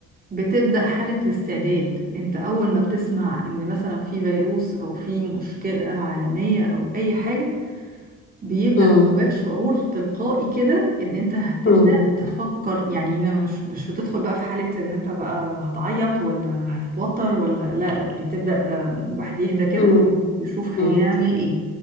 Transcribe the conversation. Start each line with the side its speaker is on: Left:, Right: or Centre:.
Right: بتبدأ حالة الاستعداد انت اول ما بتسمع ان مثلا في فيروس او في مشكلة عالمية او اي حاجة بيبدأ
Left: امم
Right: جواك شعور تلقائي كده ان انت هتبدأ
Left: امم
Right: تفكر يعني ان مش مش بتدخل بقى في حالة ان انت بقى هتعيط ولا هتتوتر ولا لا لا بتبدأ آه، الواحد يهدى كده
Left: امم
Right: ويشوف
Left: امم
Right: هيعمل ايه